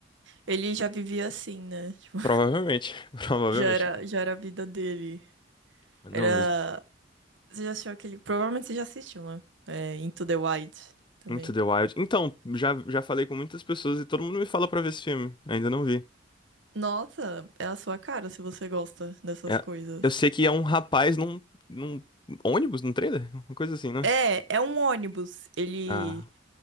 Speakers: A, on the right (about 70°); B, on the left (about 25°).
A: ele já vivia assim, né? <laughs> Tipo,
B: Provavelmente, <laughs> provavelmente.
A: já era, já era a vida dele.
B: Não,
A: Era.
B: nos
A: Você já assistiu aquele. Provavelmente você já assistiu, né? É, Into the Wild também.
B: Into the Wild. Então, já, já falei com muitas pessoas e todo mundo me fala pra ver esse filme, ainda não vi.
A: Nossa, é a sua cara se você gosta dessas
B: É,
A: coisas.
B: eu sei que é um rapaz num, num ônibus, num trailer, uma coisa assim, né?
A: É, é um ônibus. Ele,
B: Ah,